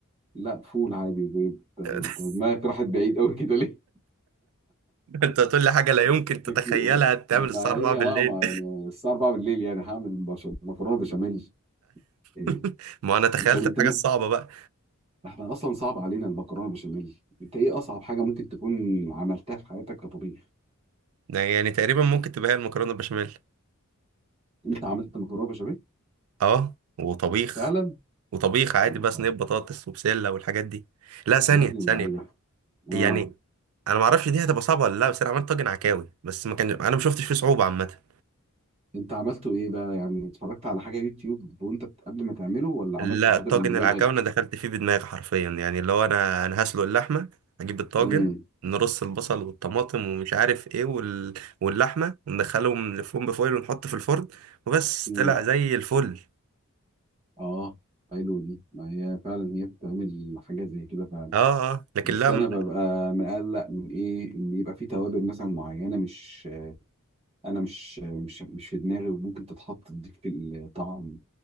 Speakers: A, on the right; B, on the right.
A: لا فول عادي بيض أنت
B: <laughs>
A: دماغك راحت بعيد أوي كده ليه؟
B: انت هتقول لي حاجه لا يمكن
A: <laughs>
B: تتخيلها
A: أكيد.
B: تعمل
A: ما
B: الساعه 4
A: هي
B: بالليل
A: اه ما يعني الساعة 4 بالليل يعني هعمل بش... مكرونة بشاميل إيه.
B: <laughs> ما انا تخيلت
A: أنت أنت
B: الحاجه
A: ممكن
B: الصعبه بقى
A: احنا أصلا صعب علينا المكرونة بشاميل أنت إيه أصعب حاجة ممكن تكون عملتها في حياتك كطبيخ؟
B: ده يعني تقريبا ممكن تبقى هي المكرونه بشاميل
A: أنت عملت مكرونة بشاميل؟
B: اه وطبيخ
A: فعلا
B: وطبيخ عادي
A: انت-
B: بقى صينيه بطاطس وبسله والحاجات دي لا ثانيه
A: يا ابن
B: ثانيه
A: اللعيبه اه
B: يعني انا ما اعرفش دي هتبقى صعبه ولا لا بس انا عملت طاجن عكاوي بس ما كان انا ما شفتش فيه صعوبه عامه
A: انت عملته ايه بقى يعني اتفرجت على حاجه يوتيوب وانت بت- قبل ما تعمله ولا عملته
B: لا
A: كده
B: طاجن
A: من دماغك
B: العكاوي انا دخلت فيه بدماغي حرفيا يعني اللي هو انا انا هسلق اللحمه اجيب الطاجن
A: امم
B: نرص البصل والطماطم ومش عارف ايه وال... واللحمه وندخلهم نلفهم بفويل ونحط في الفرن وبس
A: امم
B: طلع زي الفل
A: اه حلو دي ما هي فعلا هي بتعمل حاجه زي كده فعلا
B: اه اه لكن
A: بس
B: لا
A: انا ببقى مقلق من ايه ان يبقى في توابل مثلا معينه مش انا مش مش مش في دماغي وممكن تتحط تضيف الطعم